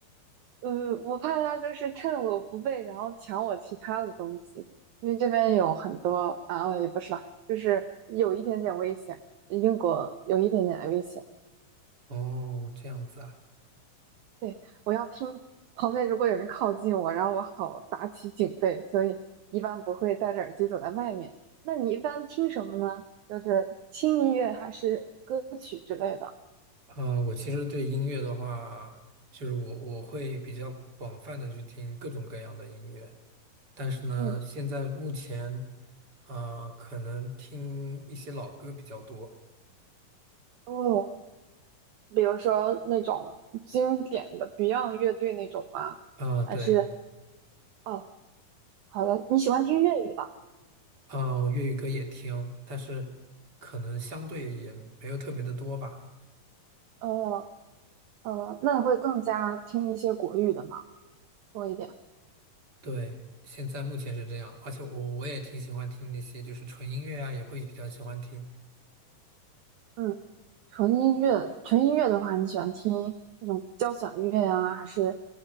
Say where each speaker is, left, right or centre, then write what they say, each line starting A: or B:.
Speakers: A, on the right; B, on the right.
A: 嗯，我怕他就是趁我不备，然后抢我其他的东西，因为这边有很多啊，也不是吧，就是有一点点危险，英国有一点点危险。
B: 哦，这样子啊，
A: 对，我要听旁边如果有人靠近我，然后我好打起警备，所以一般不会戴着耳机走在外面。那你一般听什么呢？就是轻音乐还是歌曲之类的？
B: 呃，我其实对音乐的话，就是我我会比较广泛的去听各种各样的音乐，但是呢，
A: 嗯，
B: 现在目前，呃，可能听一些老歌比较多，
A: 哦，比如说那种经典的 Beyond 乐队那种吗？
B: 啊、
A: 还是
B: 对，
A: 哦，好的，你喜欢听粤语的？
B: 啊、粤语歌也听，但是可能相对也没有特别的多吧，
A: 呃呃，那你会更加听一些国语的吗？多一点。
B: 对，现在目前是这样，而且我我也挺喜欢听那些就是纯音乐啊，也会比较喜欢听。
A: 嗯，纯音乐，纯音乐的话，你喜欢听那种交响乐呀、还是